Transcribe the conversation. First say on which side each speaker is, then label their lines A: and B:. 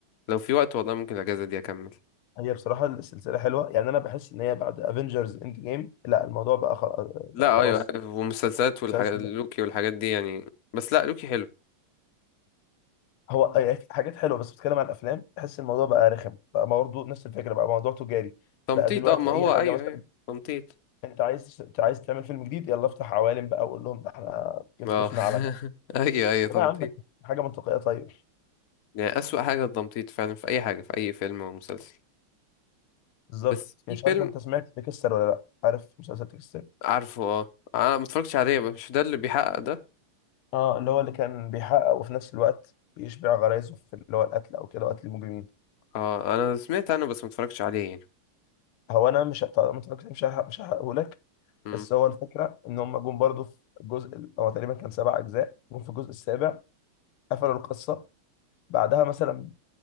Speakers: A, on the left; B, on the left.
A: لو في وقت والله ممكن الاجازه دي اكمل
B: هي بصراحه السلسله حلوه يعني انا بحس ان هي بعد افنجرز اند جيم لا الموضوع بقى خلاص
A: لا
B: بقى خلاص
A: ايوه ومسلسلات والحاجات
B: حاسس إن
A: لوكي والحاجات دي يعني بس لا لوكي حلو
B: هو يعني في حاجات حلوه بس بتتكلم عن الافلام بحس الموضوع بقى رخم بقى برضه نفس الفكره بقى موضوع تجاري
A: تمطيط
B: بقى دلوقتي
A: اه ما هو
B: اي حاجه
A: ايوه
B: مثلا
A: ايوه تمطيط
B: انت عايز عايز تعمل فيلم جديد يلا افتح عوالم بقى وقول لهم ده احنا كيف
A: اه
B: ضفنا
A: <laughs>
B: عالم
A: ايوه ايوه
B: لا
A: تمطيط
B: يا عم حاجه منطقيه طيب
A: يعني اسوأ حاجه التمطيط فعلا في اي حاجه في اي فيلم او مسلسل
B: بالظبط
A: بس في
B: مش
A: فيلم
B: عارف انت سمعت تكسر ولا لا عارف مسلسل تكسر
A: عارفه اه انا ما اتفرجتش عليه مش ده اللي بيحقق ده
B: اه اللي هو اللي كان بيحقق وفي نفس الوقت بيشبع غرايزه في اللي هو القتل او كده قتل المجرمين
A: اه انا سمعت عنه بس ما اتفرجتش عليه يعني
B: هو انا مش طبعا ما اتفرجتش مش هحرق مش هحرقه لك
A: امم
B: بس هو الفكره ان هم جم برضه في الجزء ال- هو تقريبا كان سبع اجزاء جم في الجزء السابع قفلوا القصه بعدها مثلا